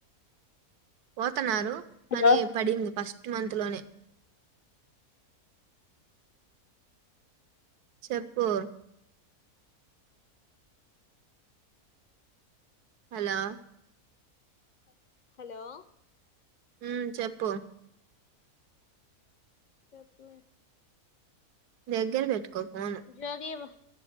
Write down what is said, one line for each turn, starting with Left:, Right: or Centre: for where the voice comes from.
Right: వ వస్తున్నారు
Left: హలో
Right: కాని పడింది ఫస్ట్ సిక్స్త్ మంత్ లోనే చెప్పు హలో
Left: హలో
Right: మ్ చెప్పు
Left: చెప్పు
Right: దగ్గర పెట్టుకో ఫోను
Left: జాగివా